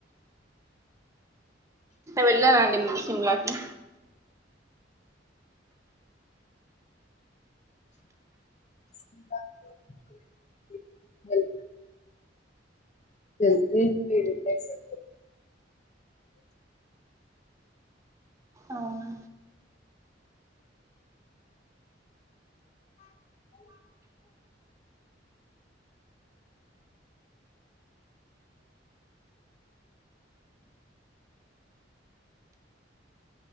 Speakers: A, on the right (about 15°); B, on the left (about 40°).
A: వెళ్లారండి సిమ్లాకి
B: <unintelligible> వెళ్తే ప్లేస్ అవుతది
A: అవునా